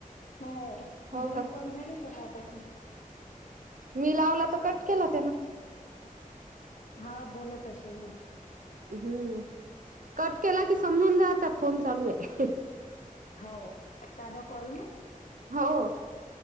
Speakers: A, on the left; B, on the right.
A: म
B: हो
A: दोन
B: का
A: कॉल झाले सकाळपासून.
B: मी लावला तर कट केला त्यान.
A: हा बोलत अशी मग.
B: हम्म कट केला कि समजून जाचा फोन चालू आहे.
A: हाव साधं कॉल ना.
B: हो